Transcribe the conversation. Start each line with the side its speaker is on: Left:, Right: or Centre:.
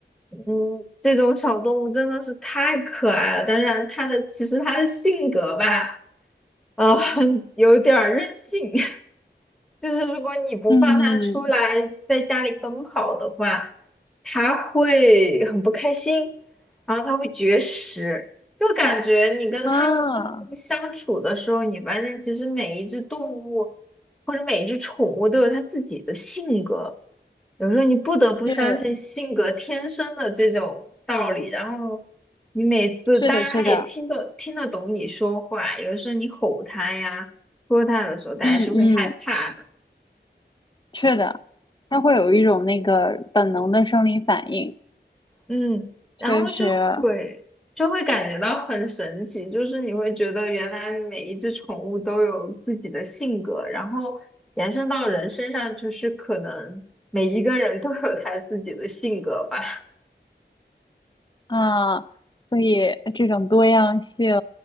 Centre: 嗯，这种小动物真的是太可爱了。但是它的其实它的性格吧，呃，<laughs> 有点儿任性。<laughs> 就是如果你不放它出来在家里奔跑的话，
Left: 嗯嗯
Centre: 它会很不开心，然后它会绝食。就感觉你跟它们动物相处的时候，
Left: 啊，
Centre: 你发现其实每一只动物或者每一只宠物都有它自己的性格，有时候你不得不相信性格天生的这种道理。
Left: 是
Centre: 然后你每次，
Left: 是的，
Centre: 当然它也听得听得懂你说话，
Left: 是的。
Centre: 有的时候你吼它呀、说它的时候，它还是会害怕的。
Left: 嗯嗯，是的，它会有一种那个本能的生理反应，
Centre: 嗯，
Left: 确实
Centre: 然后就会就会感觉到很神奇，就是你会觉得原来每一只宠物都有自己的性格，然后延伸到人身上，就是可能每一个人都有他自己的性格吧。
Left: 啊，所以这种多样性